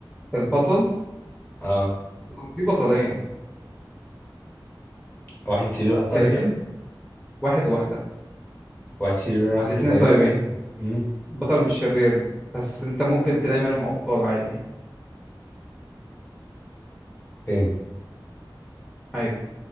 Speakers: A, in the centre; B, on the left.
A: البطل
B: اه
A: هو في بطلين
B: واحد شرير واحد طيب
A: كده كده
B: يعني
A: واحد وواحدة
B: واحد شرير واحدة
A: الاتنين
B: طيبة
A: طيبين
B: يعني امم
A: بطل مش شرير بس انت ممكن تلاقي منهم ابطال عادي
B: امم
A: ايوه